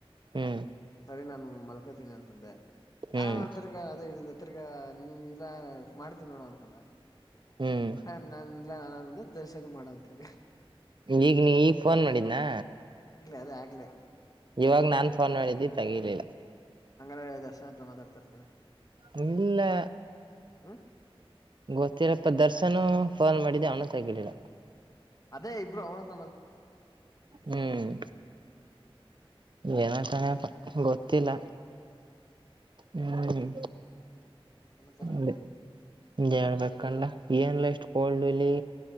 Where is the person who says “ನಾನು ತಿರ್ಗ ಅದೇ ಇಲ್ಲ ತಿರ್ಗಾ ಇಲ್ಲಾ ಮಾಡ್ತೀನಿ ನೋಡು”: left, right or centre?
Left